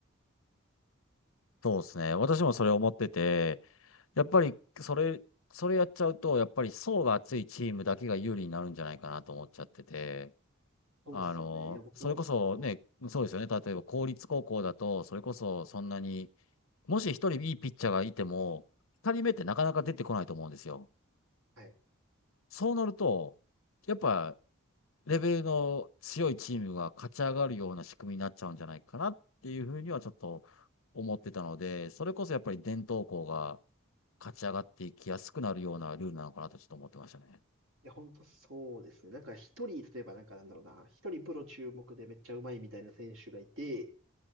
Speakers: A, on the left; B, on the right.
A: そうですね。私もそれ思ってて、やっぱり、それ、それやっちゃうと、やっぱり層が厚いチームだけが有利になるんじゃないかなと思っちゃってて、
B: <laughs> そうっすよね。
A: あの、
B: いや、僕も本当そうっす。
A: それこそね、そうですよね。例えば公立高校だと、それこそそんなに、もし一人いいピッチャーがいても、二人目ってなかなか出てこないと思うんですよ。
B: はい
A: そうなると、やっぱ、レベルの強いチームが勝ち上がるような仕組みになっちゃうんじゃないかなっていうふうにはちょっと思ってたので、それこそやっぱり伝統校が、勝ち上がっていきやすくなるようなルールなのかなとちょっと思ってましたね。
B: や、本当そうですね。なんか一人、例えばなんかなんだろうな、一人プロ注目でめっちゃうまいみたいな選手がいて、